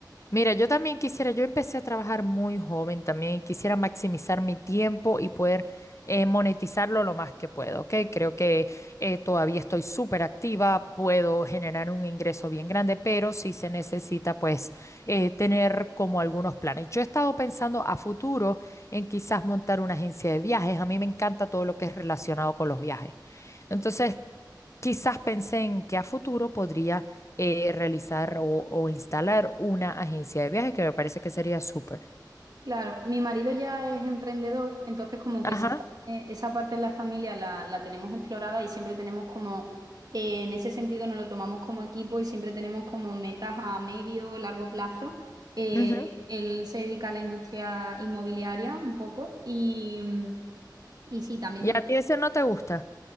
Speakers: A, on the left (about 40°); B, on the right (about 60°).
A: Mira, yo también quisiera, yo empecé a trabajar muy joven también, quisiera maximizar mi tiempo y poder eh, monetizarlo lo más que puedo, ¿ok? Creo que eh, todavía estoy súper activa, puedo generar un ingreso bien grande, pero sí se necesita pues eh, tener como algunos planes. Yo he estado pensando a futuro en quizás montar una agencia de viajes, a mí me encanta todo lo que es relacionado con los viajes. Entonces... Quizás pensé en que a futuro podría eh, realizar o, o instalar una agencia de viajes que me parece que sería súper.
B: Claro, mi marido ya es emprendedor, entonces como
A: Ajá.
B: que esa parte, esa parte en la familia la, la tenemos explorada y siempre tenemos como, eh, en ese sentido nos lo tomamos como equipo y siempre tenemos como metas a medio, largo plazo. Eh,
A: ujú.
B: él se dedica a la industria inmobiliaria un poco y, mm, y sí, también
A: ¿Y
B: tenemos,
A: a ti eso no te gusta?